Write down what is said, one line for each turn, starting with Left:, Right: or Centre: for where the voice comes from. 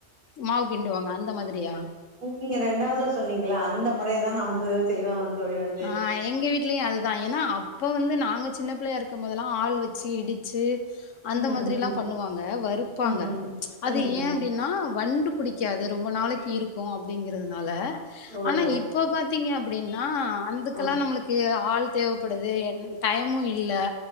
Left: மாவு கிண்டுவாங்க அந்த மாதிரியா
Right: ம் நீங்க ரெண்டாவதா சொன்னீங்கள அந்த முறைய தா நா வந்து செய்வே வ தோழி வந்து
Left: ஆ எங்க வீட்லயும் அதுதா ஏன்னா அப்போ வந்து நாங்க சின்ன பிள்ளையா இருக்கம் போதெல்லா ஆள் வச்சு இடிச்சு அந்த
Right: ம்
Left: மாதிரி
Right: ம்
Left: எல்லாம் பண்ணுவாங்க வருப்பாங்க
Right: ம் ம்
Left: அது
Right: ம்
Left: ஏ
Right: ம்
Left: அப்டின்னா வண்டு பிடிக்காது ரொம்ப நாளைக்கு இருக்கும் அப்டிங்கறதுனால
Right: ஓஹோ
Left: ஆனா இப் ப்ப பாத்தீங்க அப்டின்னா அந்தக்கெல்லா
Right: ஆ
Left: நம்மளுக்கு ஆள் தேவப்படுது என் டைமும் இல்ல